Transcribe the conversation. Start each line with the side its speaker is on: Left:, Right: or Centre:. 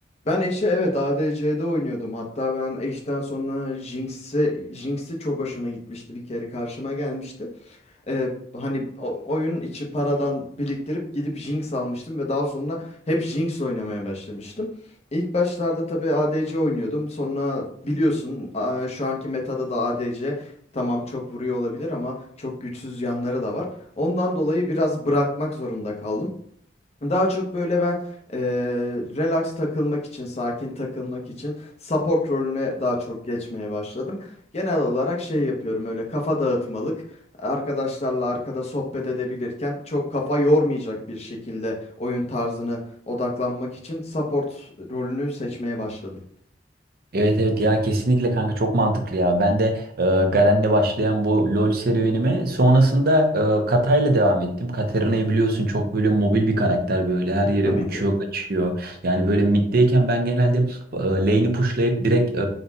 Left: Ben eşe evet ADC'de oynuyordum. Hatta ben eşten sonra Jinx'i Jinx'i çok hoşuma gitmişti. Bir kere karşıma gelmişti. Ee, hani o- oyun içi paradan biriktirip gidip Jinx almıştım ve daha sonra hep Jinx oynamaya başlamıştım. İlk başlarda tabii ADC oynuyordum. Sonra biliyorsun a- şu anki metada da ADC tamam çok vuruyor olabilir ama çok güçsüz yanları da var. Ondan dolayı biraz bırakmak zorunda kaldım. Daha çok böyle ben eee, relax takılmak için, sakin takılmak için support rolüne daha çok geçmeye başladım. Genel olarak şey yapıyorum öyle kafa dağıtmalık. Arkadaşlarla arkada sohbet edebilirken çok kafa yormayacak bir şekilde oyun tarzını odaklanmak için support rolünü seçmeye başladım.
Right: Evet evet ya kesinlikle kanka çok mantıklı ya. Ben de e, Garen'le başlayan bu LoL serüvenime sonrasında e, Katay'la devam ettim. Katarina'yı biliyorsun çok böyle mobil bir karakter böyle her yere
Left: Tabii
Right: uçuyor
Left: ki.
Right: kaçıyor. Yani böyle mid'deyken ben genelde e, lane'i pushlayıp direkt e,